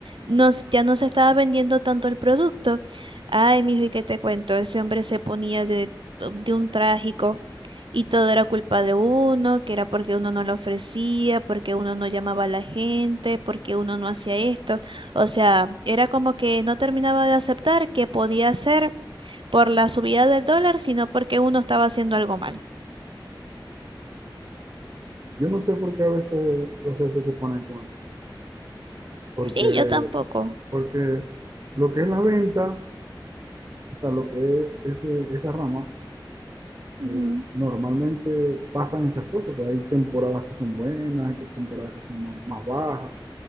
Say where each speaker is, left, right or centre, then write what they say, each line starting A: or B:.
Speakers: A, on the right; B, on the right.
A: no, se- ya no se estaba vendiendo tanto el producto. Ay, mijo, ¿y qué te cuento? Ese hombre se ponía de, oh, de un trágico y todo era culpa de uno, que era porque uno no lo ofrecía, porque uno no llamaba a la gente, porque uno no hacía esto. O sea, era como que no terminaba de aceptar que podía ser por la subida del dólar, sino porque uno estaba haciendo algo mal.
B: yo no sé por qué a veces los jefes se ponen con eso. Porque,
A: Sí, yo tampoco.
B: porque lo que es la venta, o sea, lo que es ese, esa rama,
A: Ujú.
B: eh, normalmente pasan esas cosas, pero hay temporadas que son buenas, hay que- temporadas que son más, más bajas,